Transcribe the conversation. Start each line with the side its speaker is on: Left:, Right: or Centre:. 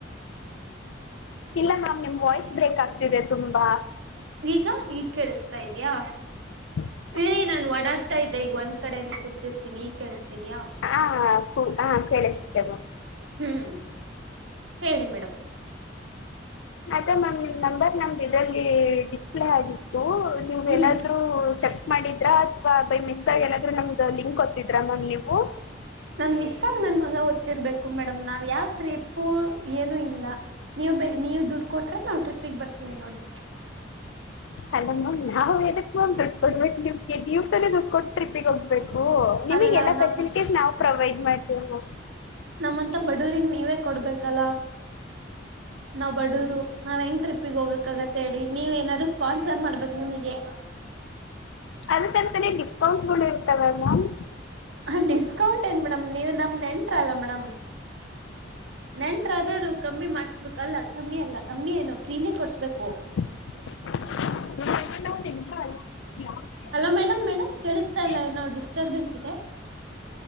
Left: ಇಲ್ಲ ಮ್ಯಾಮ್ ನಿಮ್ ವಾಯ್ಸ್ ಬ್ರೇಕ್ ಆಗ್ತಿದೆ ತುಂಬಾ
Right: ಈಗ ಈಗ್ ಕೇಳಿಸತಾ ಇದ್ಯಾ
Left: ಹ <inaudible>
Right: ಇರೀ ನಾನ್ ಓಡಾಡ್ತಿದ್ದೆ ಒಂದು ಕಡೆಗೆ ಕುಂತಿರ್ತಿನಿ ಈಗ ಕೇಳ್ತಾ ಇದೀಯಾ
Left: ಹ, ಹ ಕೇಳಿಸ್ತಿದ್ದೇ ಮಾಮ್
Right: ಹ್ಮ್, ಹೇಳಿ ಮೇಡಮ್
Left: ಆಯ್ತ ಮ್ಯಾಮ್ ನಿಮ್ಮ ನಂಬರ್ ನಮ್ದು ಇದರಲ್ಲಿ ಡಿಸ್ಪ್ಲೇ ಆಗಿತ್ತು ನೀವು
Right: ಹ್ಮ್
Left: ಏನಾದ್ರು ಚೆಕ್ ಮಾಡಿದ್ರಾ ಅಥವಾ ಬೈ ಮಿಸ್ ಆಗಿ ಏನಾದ್ರೂ ನಮ್ದ ಲಿಂಕ್ ಒತ್ತಿದ್ರಾ ಮ್ಯಾಮ್ ನೀವು.
Right: ನಾನ್ ಮಿಸ್ ಆಗ ನನ್ ಮಗ ಒತ್ತಿರಬೇಕ್ ಮೇಡಮ್ ನಾವ್ ಯಾವ ಟ್ರಿಪ್ಪು ಏನು ಇಲ್ಲ. ನೀವು ಬ ನೀವು ದುಡ್ಡು ಕೊಟ್ರೆ ನಾವ್ ಟ್ರಿಪಿಗ್ ಬರ್ತೀವಿ ನೋಡಿ.
Left: ಅಲೋ ಮಾಮ್ ನಾವುಎದಕ್ಕ ದುಡ್ಡು ಕೊಡ್ಬೇಕು ನಿಮ್ಗೆ ನೀವ್ ತಾನೇ ದುಡ್ಡು ಕೊಟ್ಟು ಟ್ರಿಪಿಗೆ ಹೋಗ್ಬೇಕು ನಿಮಗ್ಗೆಲ್ಲಾ
Right: ಅಲ್ಲ ನಮ್
Left: ಫೆಸಿಲಿಟಿ ಸ್ ನಾವು ಪ್ರೊವೈಡ್ ಮಾಡ್ತೀವಿ ನ
Right: ನಮ್ಮಂತ ಬಡೂರಿಗ್ ನೀವೇ ಕೊಡ್ಬೇಕಲ್ಲ ನಾವ್ ಬಡೂರು ನಾವ ಹೆಂಗ್ ಟ್ರಿಪ್ ಗೆ ಹೋಗಕ್ಕಗತ್ತ ಹೇಳಿ ನೀವ ಏನಾದ್ರು ಸ್ಪಾನ್ಸರ್ ಮಾಡ್ಬೇಕು ನಿಮಗೆ.
Left: ಅದಕ್ ಅಂತಲೇ ಡಿಸ್ಕೌಂಟ್ಗಳು ಇರತವೆ ಅಲ್ ಮಾಮ್.
Right: ಹ ಡಿಸ್ಕೌಂಟ್ ಏನ್ ಮೇಡಮ್ ನೀವು ನಮ ನೆಂಟರ್ ಅಲ್ಲ ಮೇಡಮ್. ನೆಂಟರ ಆದದಾದ್ರು ಕಮ್ಮಿ ಮಾಡ್ಸ್ಬೇಕಲ್ಲ ಕಮ್ಮಿ ಅಲ್ಲ ಕಮ್ಮಿ ಏನು ಫ್ರೀ ನೇ ಕೊಡ್ಸ್ಬೇಕು.
Left: <unintelligible>
Right: ಹಲೋ ಮೇಡಮ್ ಮೇಡಮ್ ಕೇಳಿಸ್ತಾ
Left: ನಿಮ್ಗೆ
Right: ಇಲ್ಲ ಏನೋ ಡಿಸ್ಟರ್ಬೆನ್ಸ್ ಇದೆ.